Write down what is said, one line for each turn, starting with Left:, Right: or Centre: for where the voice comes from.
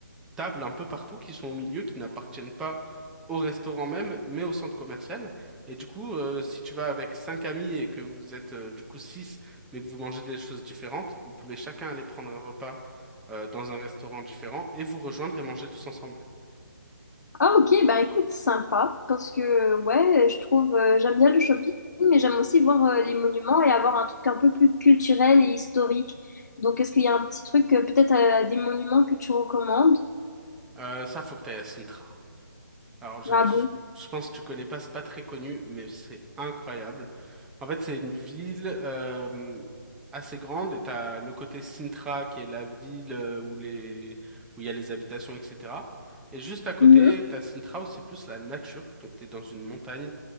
Centre: tables un peu partout qui sont au milieu, qui n'appartiennent pas au restaurant même, mais au centre commercial. Et du coup, euh, si tu vas avec cinq amis et que vous êtes euh, du coup six, mais que vous mangez des choses différentes, vous pouvez chacun aller prendre un repas euh, dans un restaurant différent et vous rejoindre et manger tous ensemble.
Left: Ah ok, ben écoute, sympa, parce que ouais, je trouve, euh, j'aime bien le shopping, mais j'aime aussi voir euh, les monuments et avoir un truc un peu plus culturel et historique. Donc est-ce qu'il y a un petit truc, euh, peut-être euh, des monuments que tu recommandes?
Centre: Euh, ça, faut que t'ailles à Sintra. Alors, je,
Left: Ah
Centre: je
Left: bon?
Centre: je pense que tu connais pas, c'est pas très connu, mais c'est incroyable. En fait, c'est une ville euh, assez grande et t'as le côté Sintra qui est la ville euh, où les où il y a les habitations, etc. Et juste à côté,
Left: Mhm.
Centre: t'as Sintra où c'est plus la nature. Donc, t'es dans une montagne,